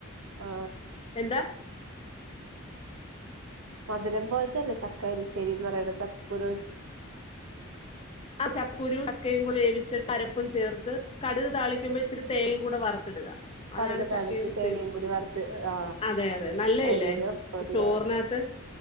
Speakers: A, on the right; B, on the left.
A: ആ
B: എന്താ
A: മധുരം പോലത്തന്നെ ചക്ക അരിശരീന്ന് പറയണ ചക്കക്കുരു
B: ആ ചക്കക്കുരു ചക്കയുംവേവിച്ചിട്ട് അരപ്പും ചേർത്ത് കടുക് താളിക്കുമ്പോ ഇച്ചിരി തേയും കൂടെ വറുത്തിടുക അതാണ്
A: കടുക് താളിക്ക്
B: ചക്കയെറിശ്ശേരി
A: തേങ്ങയുംകൂടി വറുത്ത് ആ
B: അതെ അതെ നല്ലയല്ലേ
A: അയ്യോ പതിയാണ്
B: ചോറിനകത്ത്